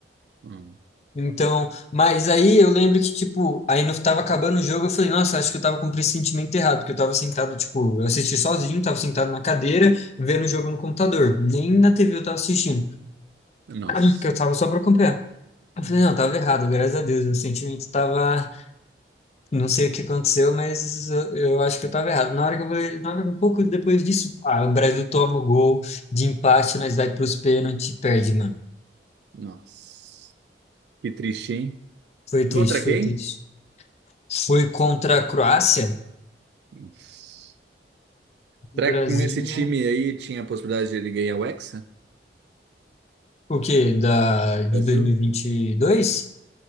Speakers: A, on the right; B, on the left.
A: Hum.
B: Então, mas aí eu lembro que, tipo, aí no, tava acabando o jogo, eu falei, nossa, acho que eu tava com o pressentimento errado, porque eu tava sentado, tipo, eu assisti sozinho, tava sentado na cadeira, vendo o jogo no computador. Nem na TV eu tava assistindo,
A: Nossa.
B: <clears throat> porque eu tava só pra acompanhar. Eu
A: Uhum.
B: falei, não, tava errado, graças a Deus, o sentimento tava, não sei o que aconteceu, mas eu, eu acho que eu tava errado. Na hora que eu falei, na hora, que- um pouco depois disso, pá, o Brasil toma o gol de empate, nós vai pros pênaltis e perde, mano.
A: Nossa. Que triste, hein?
B: Foi triste,
A: Contra quem?
B: foi triste. Foi contra a Croácia,
A: Nossa. Será
B: Brasil.
A: que com esse time aí tinha a possibilidade de ele ganhar o Hexa?
B: O quê? Da, de
A: Brasil?
B: 2022?